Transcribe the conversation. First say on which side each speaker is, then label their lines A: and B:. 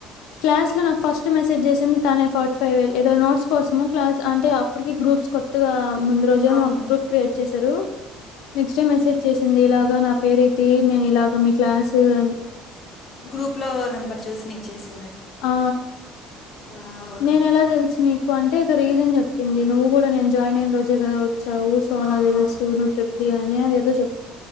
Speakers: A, on the left; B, on the left.
A: క్లాస్ లో నాకు ఫస్ట్ మెసేజ్ చేసింది తనే ఫార్టీ ఫైవే ఏదో నోట్స్ కోసము క్లాస్ అంటే అప్పటికి గ్రూప్స్ కొత్తగా ముందు రోజే
B: అవును
A: మా గ్రూప్ క్రియేట్ చేశారు నెక్స్ట్ టైమ్ మెసేజ్ చేసింది ఇలా గా నా పేరు ఇది నేను ఇలాగ మీ క్లాసు అని
B: గ్రూప్ లో నెంబర్ చూసి నీకు చేసి
A: ఆ
B: వావ్
A: నేను ఎలా తెలుసు నీకు అంటే ఏదో రీజన్ చెప్ చెప్పింది
B: గ్రూప్
A: నువ్వు కూడా నేన్ జాయిన్ అయిన రోజే కదా వచ్చావు సో అలా
B: ఆహా
A: తెలుసు నువ్వు ట్రిప్లీ అని అది ఏదో చెప్